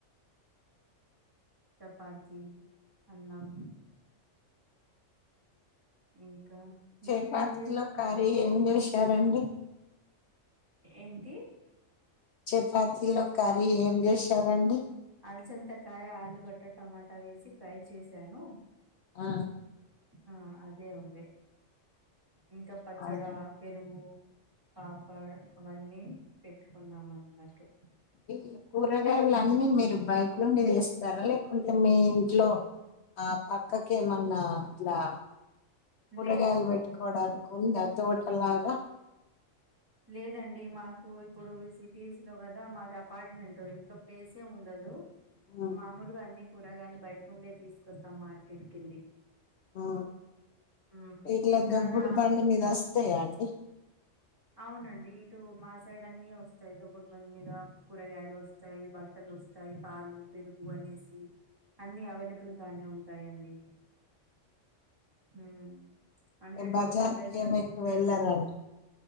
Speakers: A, on the right; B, on the left.
A: చపాతి అన్నం ఇంకా
B: చపాతిలో
A: మీరేం చేసారు
B: కర్రీ ఏం చేశారండి
A: ఏంటి
B: చపాతిలోకి కర్రీ ఏం చేసారండి
A: అలచంతకాయ ఆలుగడ్డ టమాటా వేసి ఫ్రై చేశాను
B: ఆ
A: ఆ అదే ఉందె ఇంకా పచ్చడా
B: అవునా
A: పెరుగు పాపాడ్ అవన్నీ పెట్టుకున్నామన్నట్టు
B: ఈ కూరగాయలన్నీ మీరు బయ్ క్లుండి దేస్తారా లేకుంటే మీ ఇంట్లో ఆ పక్కకేమన్నా ఇట్లా కూరగాయల్
A: లేదు
B: పెట్టుకోడానికుందా
A: లే
B: తోటలాగ
A: లేదండి మాకు ఇప్పుడు ఈ సిటీస్ లో కదా మాది అపార్ట్మెంట్ ఇంట్లో ప్లేసే ఉండదు
B: ఉమ్
A: మామొల్గా అన్ని కూరగాయలు బయట్నుండే తీస్కొస్తం మార్కెట్ కెళ్ళి
B: ఆ
A: మ్,
B: ఇట్లా
A: ఇంకా
B: దొబ్బడు
A: అలా
B: బండి మీద వస్తయా అండి
A: అవునండి ఇటు మా సైడ్ అన్నీ వస్తయ్ దొబ్బుడుబండి మీద కూరగాయలొస్తాయి బట్టల్ లొస్తాయి పాలు పెరుగు అనేసి అన్ని అవైలబుల్ గానే ఉంటాయండి హూ అంటే
B: ఇగ బజార్కి
A: డోర్ దగ్గరికె
B: ఏమి
A: వొచ్చి
B: ఎక్కువ
A: కూడా
B: వెళ్ళరండి